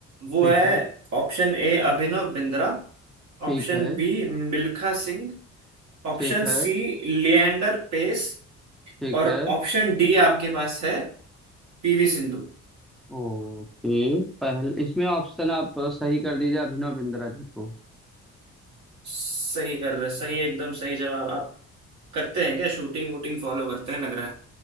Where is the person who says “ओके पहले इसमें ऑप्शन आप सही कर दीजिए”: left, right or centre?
Centre